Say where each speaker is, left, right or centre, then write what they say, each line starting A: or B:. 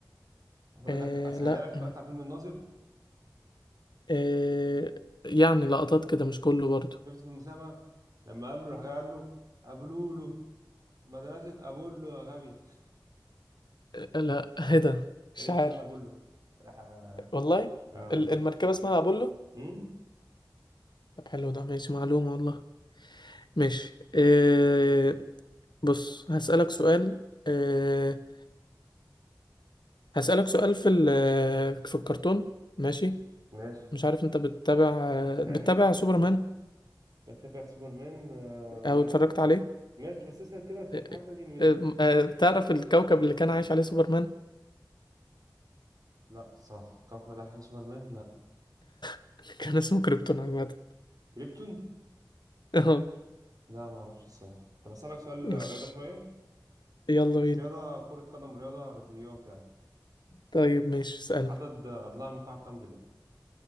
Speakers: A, on the right; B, on the left.
A: اقول
B: آه
A: لك اسهلها
B: لا
A: لك اتفرجت
B: ما.
A: على فيلم الناظر
B: آه يعني لقطات كده مش كله برضو
A: شفت في المسابقة لما قال له راح جاي قال له أبولولو مدرسة أبولو يا غبي
B: آه لا <laughs> ايه ده
A: <laughs>
B: مش
A: هي
B: عارف
A: اسمها أبولو راح آه،
B: والله
A: يا الله
B: ال- المركبة اسمها أبولو
A: أمم؟
B: طب حلو ده ماشي معلومة والله ماشي آه بص هسألك سؤال أه هسألك سؤال في ال في الكرتون ماشي
A: ماشي
B: مش عارف انت بتتابع آه،
A: يعني
B: بتتابع
A: مش
B: سوبرمان
A: بتابع سوبرمان آه
B: او
A: لا
B: اتفرجت عليه
A: ماشي بس اسأل كده أنا فاكر
B: أه
A: حاجات
B: آه،
A: قديمة مني
B: آه، آه، تعرف الكوكب اللي كان عايش عليه سوبرمان
A: لا الصراحة كوكب الألعاب حلو سوبرمان لا
B: <laughs> كان اسمه كريبتون عامة
A: كريبتون
B: <laughs> اه
A: لا ما أعرفش الصراحة طب أسألك سؤال
B: ماشي
A: رياضة شوية
B: يلا
A: مش
B: بينا
A: رياضة كرة قدم رياضة رياضيات يعني
B: طيب ماشي اسألني
A: عدد أضلاع المكعب كام ضلع؟